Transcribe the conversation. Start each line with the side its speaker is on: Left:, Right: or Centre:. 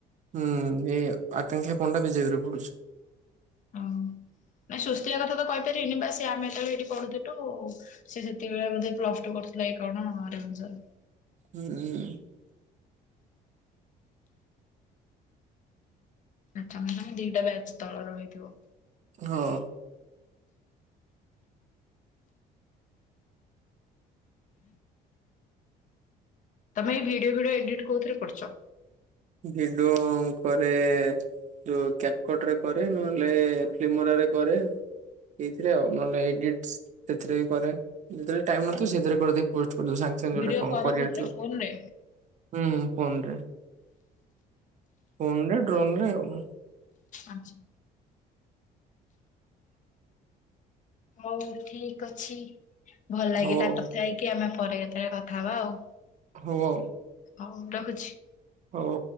Right: ହୁଁ ଏ ଆକାଂକ୍ଷା ପଣ୍ଡା ବି ଜେ ପିରେ ପଢୁଛି।
Left: ଓ ହ ନାଇଁ ସ୍ୱସ୍ତିକା କଥା ତ କହିପାରିବିନି, ବାସ ଆମେ ଯେତେବେଳେ ଏଇଠି ପଢୁଥିଲୁ ସେ ସେତିକିବେଳେ ବୋଧେ, ପ୍ଲସଟୁ କରୁଥିଲା କି କଣ ରେଭେନ୍ସାରେ?
Right: ହୁଁ।
Left: ଆ ତନ୍ମୟୀ ଦିଟା ବ୍ୟାଚ୍ ତଳର ହେଇଥିବ।
Right: ହଁ।
Left: ତମେ ଏଇ ଭିଡିଓ ଫିଡିଓ ଏଡିଟ କୋଉଥିରେ କରୁଛ?
Right: ଭିଡିଓ କରେ ଯୋଉ କ୍ୟାପକଟରେ କରେ, ନହେଲେ ଫିଲ୍ମରାରେ କରେ। ଏଇଥିରେ ଆଉ ନହେଲେ ଏଡିଟ ସେଥିରେ କରେ, ଯେତେବେଳେ ଟାଇମ ନଥିବ ସେଥିରେ କରିଦେଇ ପୋଷ୍ଟ କରିଦେବୁ। ସାଙ୍ଗ ସେମିତି
Left: ଭିଡିଓ
Right: ଗୋଟେ କଣ
Left: କର
Right: କରିବାର
Left: କୋଉଥିରେ
Right: ଥିବ,
Left: ଫୋନରେ?
Right: ହୁଁ ଫୋନ ରେ ଫୋନରେ, ଡ୍ରୋନରେ ଆଉ।
Left: ଆଚ୍ଛା। ହଉ ଠିକ ଅଛି ଭଲ ଲାଗିଲା
Right: ହଉ ଆଉ
Left: କଥା ହେଇକି, ଆମେ ପରେ କେତେବେଳେ କଥା ହବା ଆଉ।
Right: ହଉ ଆଉ।
Left: ହଉ ରହୁଛି।
Right: ହଉ।